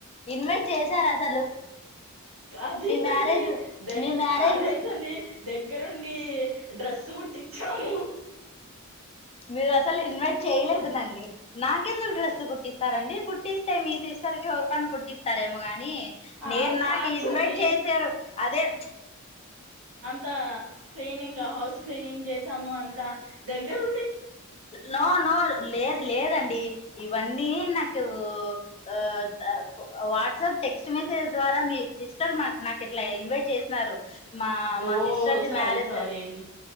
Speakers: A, on the left (about 30°); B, on the right (about 75°).
A: ఇన్వైట్ చేశారాస
B: అదేంటండి
A: మ్యారేజ్
B: దగ్గ
A: మీ మ్యారేజ్
B: అదేంటండి దగ్గరుండి డ్రెస్సు కుట్టిచ్చాము
A: మీరు అసలు ఇన్వైట్ చేయలేదు నన్ని నాకెందుకు డ్రెస్సు కుట్టిస్తారండి కుట్టిస్తే మీ సిస్టర్ కి ఎవరికన్న కుట్టి స్తారేమో గాని
B: ఆ
A: నేను నాక్
B: కార్డ్స్
A: ఇన్వైట్
B: అని
A: చేశారు అదే
B: త క్లీనింగ్ హౌస్ క్లీనింగ్ జేసాము అంతా దగ్గర్
A: నో నో లేదు లేదండి ఇవన్నీ నాక్ సో అ ద పు వాట్సాప్ టెక్స్ట్ మెసేజ్ ద్వారా మీ సిస్టర్ మాక్ నాకు ఇట్లా ఇన్వైట్ చేసినారు మా
B: ఓ
A: మా సిస్టర్ది
B: సారీ
A: మ్యారేజ్
B: సారీ అండి